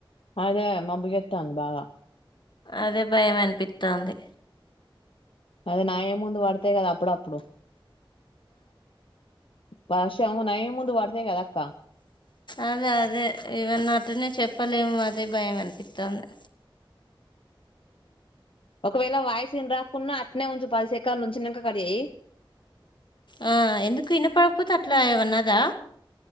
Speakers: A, on the left (about 75°); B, on the left (about 55°).
A: అదే మబ్బు జేత్తంది బాగా
B: అదే భయమనిపిత్తంది
A: అదే నా ఏ ముందు వడతయి గదా అప్పుడప్పుడు వర్షంనయి ముందు వడతయిగదక్క
B: అదదే ఇవన్న అటునే చెప్పలేము అదే భయం అనిపిస్తుంది
A: ఒకవేళ వాయిసినిరాకున్నా అట్నే ఉంచు పది సెకన్లున్చింక కడ్ జెయి
B: ఆ ఎందుకు ఇనపడకపోత అట్లా వన్నాదా